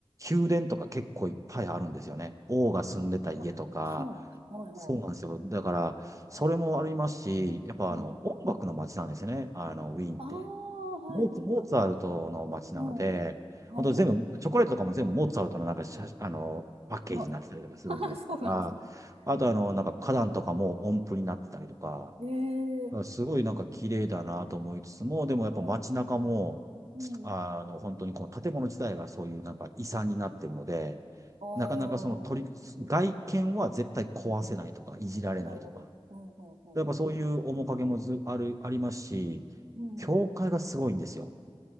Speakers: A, on the right; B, on the right.
A: 宮殿とか結構いっぱいあるんですよね。王が住んでた家とか、
B: あ、そうなんです。はいは
A: そうなんですよ。だから、それもありますし、やっぱあの、
B: い。うん。
A: 音楽の街なんですよね。あの、ウィーンって。
B: ああ、はいはいはいはい。
A: モーツ、モーツァルトの街なので、
B: うん。はい。
A: 本当全部、チョコレートとかも全部モーツァルトのなんか写、あの、パッケージになってたりとかするんですが、
B: あ、<laughs> あそうなんですね。
A: あとあの、
B: えー、
A: なんか花壇とかも音符になってたりとか、
B: うんえー、
A: だからすごいなんか綺麗だなと思いつつも、でもやっぱ街中も、
B: はいはい。うん。
A: あの、本当にこの建物自体がそういうなんか遺産になってるので、
B: ああ、
A: なかなかその取り、外見は絶対壊せないとか、いじられないとか。
B: なるほど。うんうんうん。
A: やっぱそういう面影もず、ある、ありますし、
B: うん。
A: 教会がすごいんですよ。